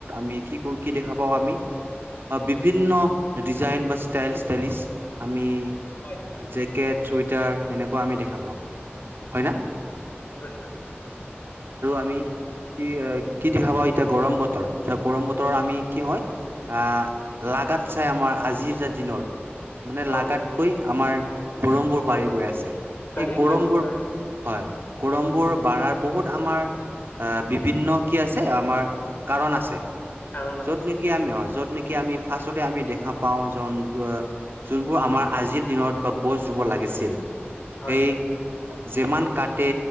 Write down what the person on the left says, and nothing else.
হয়
হয়, হয়, নিশ্চয়।
হও
বাঢ়ি
গৈ আছে বাঢ়ি
কাৰণ আছে
হয়
হয়।